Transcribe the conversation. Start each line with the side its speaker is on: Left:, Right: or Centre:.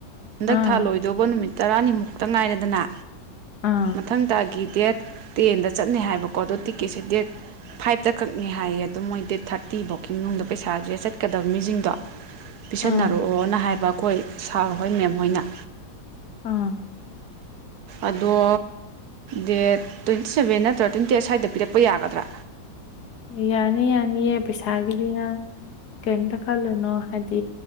Right: ꯍꯟꯗꯛ
Left: ꯑꯥ
Right: ꯊꯥ ꯂꯣꯏꯗ ꯌꯧꯕ ꯅꯨꯃꯤꯠ ꯇꯔꯥꯅꯤꯃꯨꯛꯇ ꯉꯥꯏꯔꯦꯗꯅ
Left: ꯑꯥ
Right: ꯃꯊꯡ ꯊꯥꯒꯤ ꯗꯦꯠ ꯇꯦꯟꯗ ꯆꯠꯅꯦ ꯍꯥꯏꯕꯀꯣ ꯑꯗꯣ ꯇꯤꯛꯀꯦꯠꯁꯦ ꯗꯦꯠ ꯐꯥꯏꯚꯇ ꯀꯛꯅꯤ ꯍꯥꯏꯌꯦ ꯑꯗꯣ ꯃꯣꯏ ꯗꯦꯠ ꯊꯥꯔꯇꯤꯕꯧꯀꯤ ꯃꯅꯨꯡꯗ ꯄꯩꯁꯥꯖꯦ ꯆꯠ ꯀꯗꯕ ꯃꯤꯖꯤꯡꯗꯣ ꯄꯤꯁꯟꯅꯔꯛꯑꯣꯅ
Left: ꯑꯥ
Right: ꯍꯥꯏꯕ ꯑꯩꯈꯣꯏ ꯁꯥꯔ ꯍꯣꯏ ꯃꯦꯝ ꯍꯣꯏꯅ
Left: ꯑ
Right: ꯑꯗꯣ ꯗꯦꯠ ꯇ꯭ꯋꯦꯟꯇꯤ ꯁꯕꯦꯟ ꯅꯠꯇ꯭ꯔ ꯇ꯭ꯋꯦꯟꯇꯤ ꯑꯩꯠ ꯁ꯭ꯋꯥꯏꯗ ꯄꯤꯔꯛꯄ ꯌꯥꯒꯗ꯭ꯔꯥ
Left: ꯌꯥꯅꯤ ꯌꯥꯅꯤꯌꯦ ꯄꯩꯁꯥꯒꯤꯗꯤ ꯅꯪ ꯀꯩꯝꯇ ꯈꯜꯂꯨꯅꯣ ꯍꯥꯏꯗꯤ